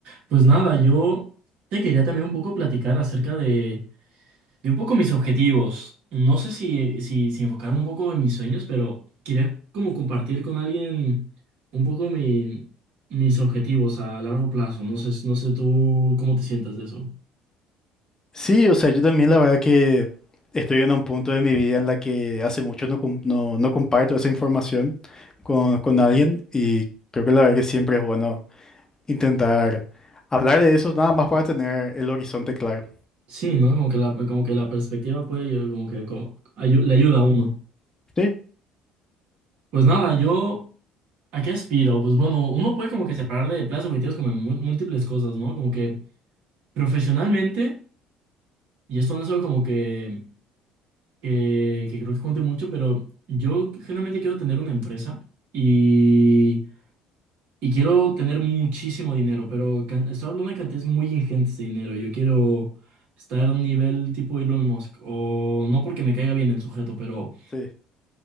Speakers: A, on the right (about 65°); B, on the left (about 25°).
A: Pues nada, yo te quería también un poco platicar acerca de, de un poco mis objetivos. No sé si, si, si enfocarme un poco en mis sueños, pero quería como compartir con alguien un poco mi- mis objetivos a largo plazo. No sé, no sé tú cómo te sientas de eso.
B: Sí, o sea, yo también la verdad que estoy en un punto de mi vida en la que hace mucho no, com- no, no comparto esa información con, con alguien y creo que la verdad que siempre es bueno intentar hablar de eso nada más para tener el horizonte claro.
A: Sí, ¿no? Como que la, como que la perspectiva puede, ayudar- como que como ayu- le ayuda a uno.
B: Sí,
A: Pues nada, yo, ¿a qué aspiro? Pues bueno, uno puede como que separar de planes objetivos como en mu- múltiples cosas, ¿no? Como que profesionalmente. Y esto no es algo como que, que, que creo que cuente mucho, pero yo generalmente quiero tener una empresa y, y quiero tener muchísimo dinero, pero can- estoy hablando de cantidades muy ingentes de dinero. Yo quiero estar a nivel tipo Elon Musk, o no porque me caiga bien el sujeto, pero
B: sí.